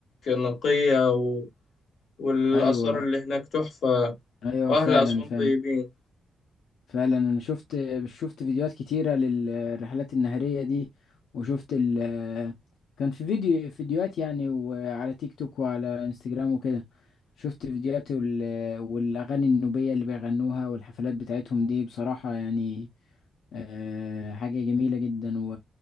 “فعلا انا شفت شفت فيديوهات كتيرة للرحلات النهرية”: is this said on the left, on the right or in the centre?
Left